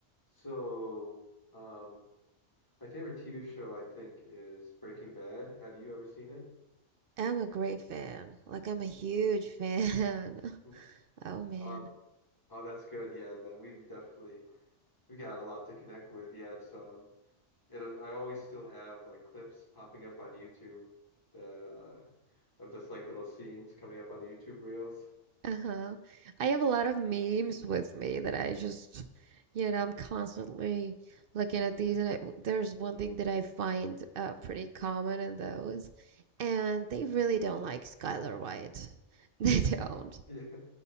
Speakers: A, on the left (about 15°); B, on the right (about 60°).
A: So, um, my favorite TV show, I think, is Breaking Bad. Have you ever seen it?
B: I'm a great fan. Like I'm a huge fan. <laughs>
A: Hmm.
B: Oh man.
A: Uh, oh, that's good. Yeah, then we've definitely we've got a lot to connect with. Yeah, it's um, it. I always still have like clips popping up on YouTube that uh, of just like little scenes coming up on the YouTube reels.
B: Uh-huh. I have a lot of memes with me that I just, you know, I'm constantly looking at these and I, there's one thing that I find uh, pretty common in those and they really don't like Skylar White. <laughs> They don't.
A: <laughs> Yeah,